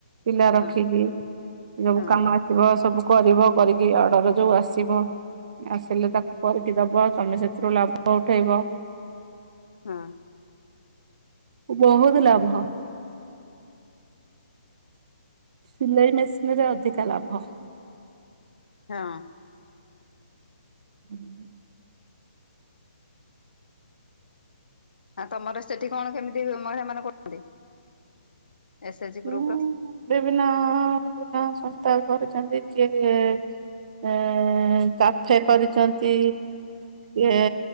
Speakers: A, on the right; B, on the left.
A: ପିଲା ରଖିକି
B: ହଁ
A: ସବୁ
B: ହଁ
A: କାମ ଥିବ ସବୁ କରିବ କରିକି ଅର୍ଡର ଯୋଉ ଆସିବ। ଆସିଲେ ତାକୁ କରିକି ଦବ ତମେ ସେଥିରୁ ଲାଭ ଉଠେଇବ।
B: ହଁ
A: ବହୁତୁ ଲାଭ। ସିଲେଇ ମେସିନିରେ ଅଧିକା ଲାଭ।
B: ହଁ
A: ହୁଁ
B: ହ ତମର ସେଠି କଣ କେମିତି ମହିଳା ମାନେ କରୁଛନ୍ତି ଏସେ ଏଚଜି
A: ହୁଁ
B: ଗ୍ରୁପର
A: ବିଭିନ୍ନ ବିଭିନ୍ନ ସଂସ୍ଥା କରିଛନ୍ତି କିଏ? ଉ କାଫେ କରିଛନ୍ତି
B: ହୁଁ
A: ଏ
B: ହୁଁ।